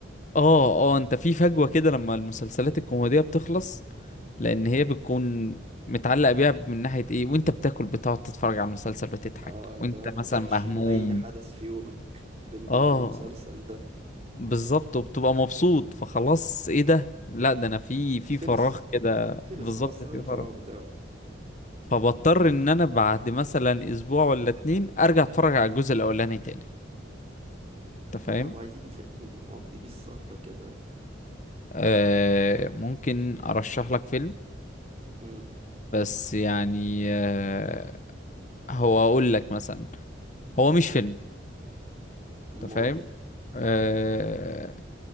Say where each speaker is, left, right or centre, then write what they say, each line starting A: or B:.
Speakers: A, on the left (about 40°); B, on the right (about 35°).
A: اه اه انت في فجوة كده لما المسلسلات الكوميدية بتخلص لان هي بتكون متعلق بيها من ناحية ايه وانت بتاكل بتقعد تتفرج على المسلسل بتضحك
B: اه انت
A: وانت
B: قاعد
A: مثلا
B: بتحشي
A: مهموم
B: اي حدث في يومك بال...
A: اه
B: بالمسلسل ده
A: بالظبط وبتبقى مبسوط فخلاص ايه ده لا ده انا في في
B: خلص
A: فراغ كده
B: خلص
A: بالظبط
B: خلاص سبب
A: في
B: الفراغ
A: فراغ
B: بتاعه
A: فبضطر ان انا بعد مثلا اسبوع ولا اتنين ارجع اتفرج على الجزء الاولاني تاني انت فاهم
B: طب عايزين فيلم نقضي بيه السهرة كده
A: آه ممكن ارشح لك فيلم
B: مم.
A: بس يعني آه هو اقول لك مثلا هو مش فيلم انت
B: مول
A: فاهم آه